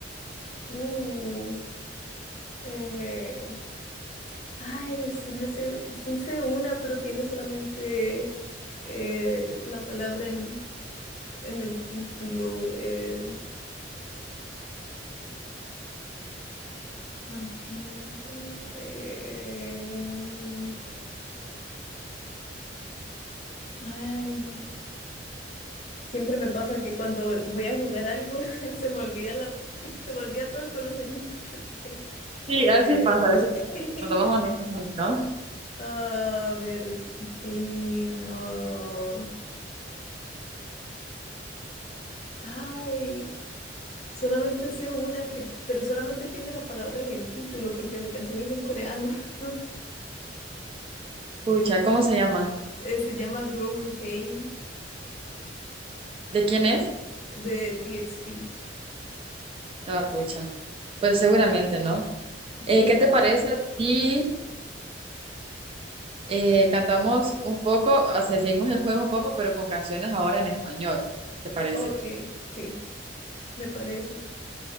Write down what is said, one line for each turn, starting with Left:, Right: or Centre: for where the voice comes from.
Left: Uh, eh, Ay, sí me sé, sí sé una, pero tiene solamente eh, la palabra en, en el título. em. Ah, pin, pin. em, Ay. Siempre me pasa que cuando voy a jugar algo <laughs> se me olvida la, <laughs> se me olvida todo el conocimiento que sé.
Right: Sí,
Left: Eh,
Right: a veces pasa, a veces pasa.
Left: <laughs>
Right: Cuando vas a un examen, ¿no?
Left: A ver, en fin, ah, Ay, solamente sé una que, pero solamente tiene la palabra en el título porque la canción es en coreano. <laughs>
Right: Pucha, ¿cómo se llama?
Left: Eh, se llama Growing Pain
Right: ¿De quién es?
Left: de TXT.
Right: ah pucha. Pues seguramente, ¿no?
Left: Sí,
Right: Eh, ¿qué te parece si eh, cantamos un poco, o sea, seguimos el juego un poco, pero con canciones ahora en español? ¿Te parece?
Left: ok, sí, me parece.